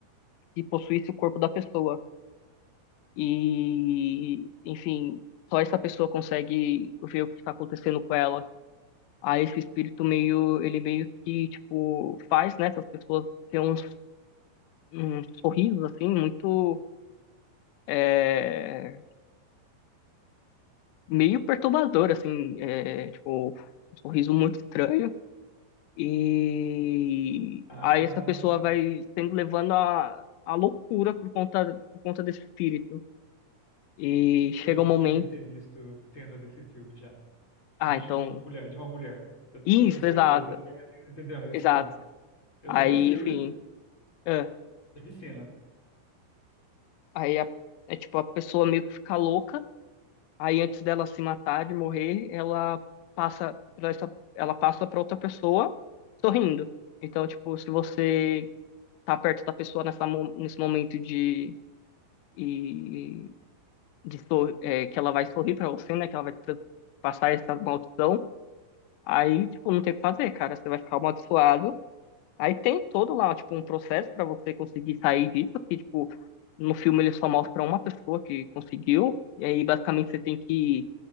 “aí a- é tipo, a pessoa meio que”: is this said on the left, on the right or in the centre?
Left